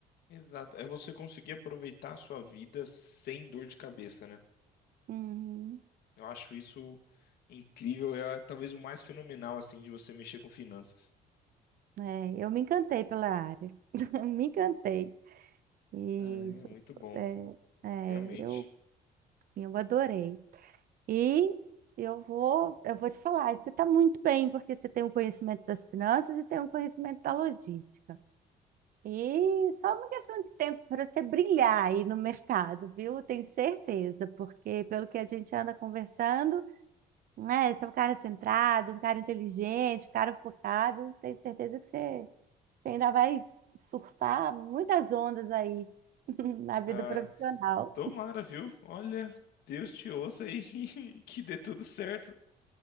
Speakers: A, on the left; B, on the right.
A: Exato. É você conseguir aproveitar a sua vida sem dor de cabeça, né?
B: Uhum.
A: Eu acho isso incrível, é talvez o mais fenomenal, assim, de você mexer com finanças.
B: É, eu me encantei pela área. <laughs> Me encantei. Isso.
A: Ah, é muito bom,
B: É, é,
A: realmente.
B: eu, eu adorei. E eu vou, eu vou te falar, você está muito bem, porque você tem um conhecimento das finanças e tem um conhecimento da logística. E só uma questão de tempo para você brilhar aí no mercado, viu? Tenho certeza, porque pelo que a gente anda conversando, né? Você é um cara centrado, um cara inteligente, um cara focado. Tenho certeza que você, você ainda vai surfar muitas ondas aí <laughs> na vida
A: Ai,
B: profissional.
A: tomara, viu? Olha, Deus te ouça aí <laughs> e que dê tudo certo.